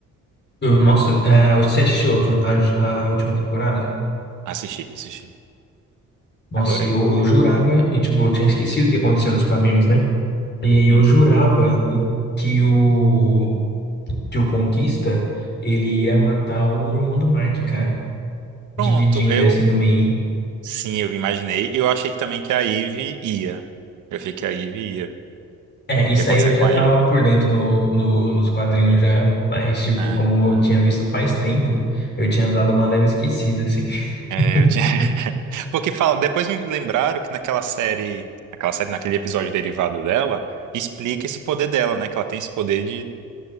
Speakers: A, on the left (about 35°); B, on the right (about 80°).
A: Eu- nossa, é, você assistiu a última, a, a última temporada?
B: Assisti, assisti.
A: Nossa,
B: Adorei,
A: eu,
B: inclusive.
A: eu jurava, e tipo, eu tinha esquecido o que aconteceu nos quadrinhos, né? E
B: Uhum.
A: eu jurava o, que o que o Conquista ele ia matar o irmão do Mark, cara. Dividindo
B: Pronto, eu,
A: ele assim no meio.
B: sim, eu imaginei, eu achei que também que a Ivy ia. Eu achei que a Ivy ia. O
A: É, isso
B: que ia acontecer
A: aí eu já
B: com a
A: tava
B: Ivy?
A: por dentro no, no- nos quadrinhos já, mas tipo,
B: Ah,
A: como
B: ah.
A: eu tinha visto faz tempo, eu tinha dado uma leve esquecida, assim.
B: É,
A: <laughs>
B: eu tinha... <laughs> Porque fala, depois me lembraram que naquela série, naquela série, naquele episódio derivado dela, explica esse poder dela, né? Que ela tem esse poder